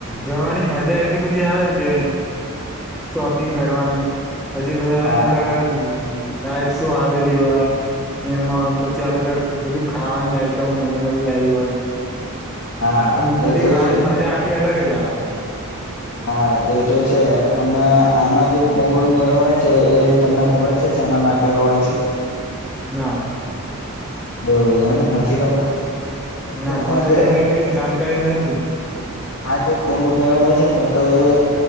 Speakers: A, in the centre; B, on the left.
A: જવાની મજા એટલી બધી આવે કે. શોપિંગ કરવાની પછી બધા છે,
B: હા
A: ને અલગ અલગ. ગાઈડ શું આવેલી હોય. એમાં પછી આપડે ક બધું ખાવાની આઈટમ નવી નવી આવી હોય.
B: હા
A: આમ બધી
B: એ તો
A: ખાવાની
B: છે
A: મજા આખી અલગ જ આવે.
B: હા એ તો છે અને આમાં જે કુંભ મેળવય છે, એ તમને ખબર છે. ના માટે હોય છે?
A: ના.
B: તો એમ નથી ખબર.
A: ના
B: કારણ
A: મને
B: કે
A: તો એટલી બી જાણકારી નથી.
B: આ જે કુંભ મેળો હોય ને તો એ